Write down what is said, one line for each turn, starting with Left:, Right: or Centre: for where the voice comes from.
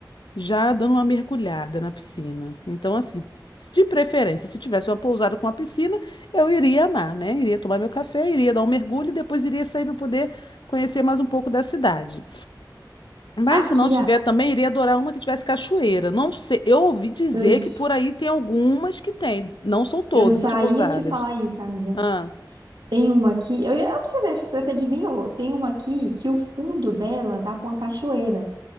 Left: já dando uma mergulhada na piscina. Então, assim, se- de preferência, se tivesse uma pousada com uma piscina, eu iria amar, né? Iria tomar meu café, iria dar um mergulho e depois iria sair para poder conhecer mais um pouco da cidade. Mas
Right: Aqui,
Left: se não tiver,
Right: a-
Left: também iria adorar uma que tivesse cachoeira. Não sei, eu ouvi dizer
Right: os-
Left: que por aí tem algumas que tem, não são todas
Right: Eu já
Left: as pousadas.
Right: ia te falar isso, amiga.
Left: Ah,
Right: Tem uma aqui, eu ia observar, acho que você até adivinhou. Tem uma aqui que o fundo dela dá para uma cachoeira.